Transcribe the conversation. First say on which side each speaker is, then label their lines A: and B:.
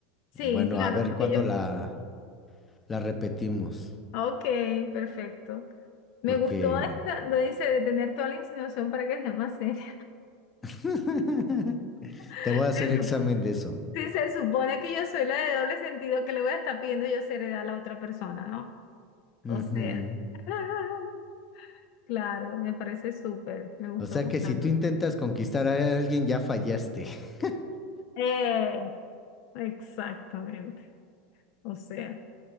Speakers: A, on the left (about 55°); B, on the left (about 20°).
A: Sí,
B: bueno,
A: claro,
B: a ver
A: porque
B: cuándo
A: yo escucho.
B: la, la repetimos,
A: Ok, perfecto. Me
B: porque
A: gustó esta, lo dice, de tener toda la insinuación para que sea más seria.
B: <laughs>
A: <laughs>
B: te voy a hacer
A: Se sup-
B: examen de eso.
A: Si se supone que yo soy la de doble sentido, que le voy a estar pidiendo yo seriedad a la otra persona, ¿no?
B: Ujú.
A: O sea. <laughs> Claro, me parece súper, me gustó
B: O sea
A: bastante.
B: que si tú intentas conquistar a alguien, ya fallaste. <laughs>
A: Eh, exactamente. O sea,